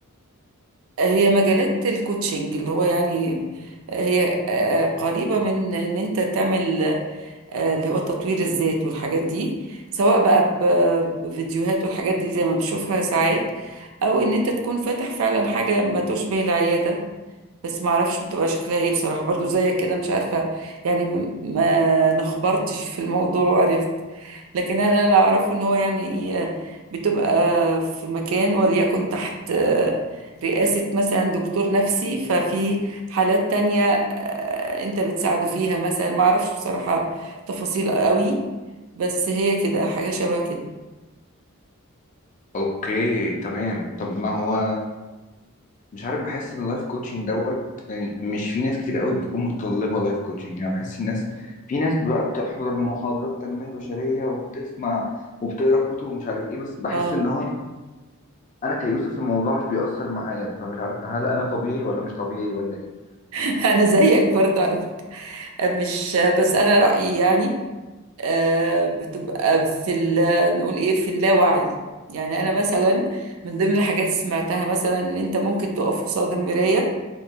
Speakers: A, on the right; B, on the left.
A: هي مجالات الكوتشنج اللي هو يعني هي آه، قريبة من ان انت تعمل آه، اللي هو تطوير الذات والحاجات دي سواء بقى ب- بفيديوهات والحاجات دي زي ما بشوفها ساعات او ان انت تكون فاتح فعلا حاجة ما تشبه العيادة بس ما اعرفش بتبقى شكلها ايه بصراحة برضو زيك كده مش عارفة يعني م- ما نخبرتش في الموضوع وعرفت لكن انا اللي اعرفه ان هو يعني آه، بتبقى في مكان وليكن تحت آه، رئاسة مثلا دكتور نفسي ففي حالات تانية آه، انت بتساعده فيها مثلا ما اعرفش بصراحة تفاصيل قوي بس هي كده حاجة شبه كده
B: اوكي تمام طب ما هو مش عارف بحس ان اللايف كوتشنج دوت يعني مش في ناس كتير قوي بتكون متطلبة لايف كوتشنج يعني بحس الناس في ناس بقى بتحضر محاضرات تنمية بشرية وبتسمع وبتقرا كتب ومش عارف ايه بس بحس
A: اه
B: ان هو انا كيوسف الموضوع مش بيأثر معايا فمش عارف هل انا طبيعي ولا مش طبيعي ولا ايه
A: <laughs> انا زيك برضو على فكرة. مش بس انا رأيي يعني آه، بتبقى في ال- نقول ايه في اللاوعي يعني انا مثلا من ضمن الحاجات سمعتها مثلا ان انت ممكن تقف قصاد المراية